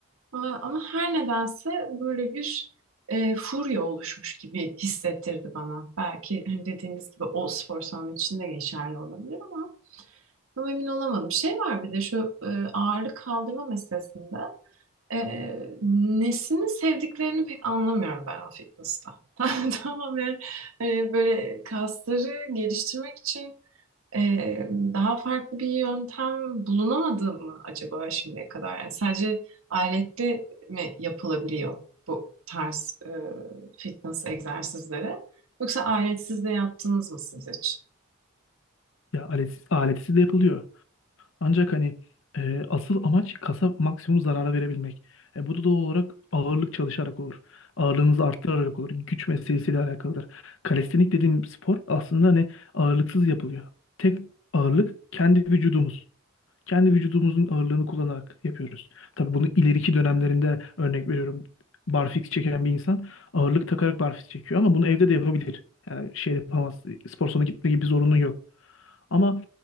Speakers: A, on the right; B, on the left.
A: Aa, Ama her nedense böyle bir e, furya oluşmuş gibi hissettirdi bana. Belki hani dediğiniz gibi o spor salonu içinde geçerli olabilir ama tam emin olamadım. Şey var bir de şu e, ağırlık kaldırma meselesinde e, nesini sevdiklerini pek anlamıyorum ben o fitness'ta. <laughs> Tamamen e, böyle kasları geliştirmek için e, daha farklı bir yöntem bulunamadı mı acaba şimdiye kadar? Yani sadece aletli mi yapılabiliyor bu tarz e, fitness egzersizleri? Yoksa aletsiz de yaptınız mı siz hiç?
B: Ya aletsiz, aletsiz de yapılıyor. Ancak hani e, asıl amaç kasa maksimum zarara verebilmek. E, bu da doğal olarak ağırlık çalışarak olur. Ağırlığınızı arttırarak olur. Güç meselesiyle alakalıdır. Kalistenik dediğim spor aslında hani ağırlıksız yapılıyor. Tek ağırlık kendi vücudumuz. kendi vücudumuzun ağırlığını kullanarak yapıyoruz. Tabii bunu ileriki dönemlerinde örnek veriyorum. Barfix çeken bir insan ağırlık takarak barfix çekiyor ama bunu evde de yapabilir. Yani şey yapamaz. Spor salonuna gitme gibi bir zorunlu yok. Ama